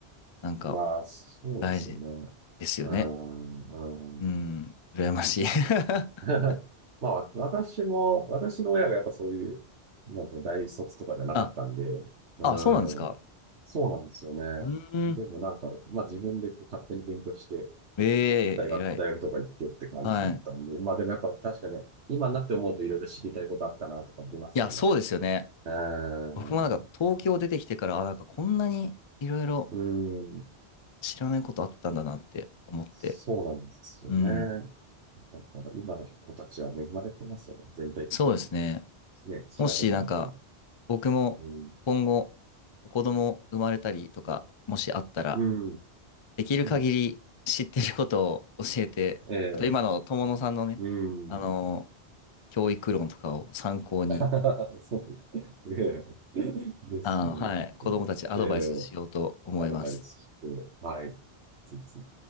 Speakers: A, on the left (about 35°); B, on the right (about 70°).
A: なんか
B: まあ、そうですよね。
A: 大事ですよね。
B: うーん、うーん、
A: うん、羨ましい。
B: 確かに。
A: <laughs>
B: <laughs> まあ、私も、私の親がやっぱそういう、なんていうの、大卒とかじゃなかったんで、
A: あ、
B: うーん、
A: あ、そうなんですか。
B: そうなんですよね。
A: うん、
B: でもなんか、まあ自分でこう勝手に勉強して、
A: え
B: 大学、
A: え偉い。
B: 大学とか行ってって感じだったんで、
A: はい。
B: まあでもやっぱ確かに、今になって思うといろいろ知りたいことあったなとかありますよね。
A: いや、そうですよね。
B: うーん、
A: 僕もなんか東京出てきてから、
B: う
A: あ、なんかこんなにいろいろ
B: ーん、
A: 知らないことあったんだなって思って。
B: そうなんですよね。
A: うん。
B: だから今の子たちは恵まれてますよね。全体的に。
A: そうですね。
B: ね、調べたらわかる。
A: もしなんか僕も今後
B: うん。
A: 子供生まれたりとか、もしあったら、
B: うん。
A: できる限り知ってることを教えて、
B: もう、ええ
A: あと今の友野さんのね、
B: うん。
A: あの、教育論とかを参考に、
B: <laughs> そう。ええですね。
A: あの、はい、
B: ちょっと、
A: 子供たちアドバイスしようと思います。
B: ええアドバイスして、はい。ぜひぜひ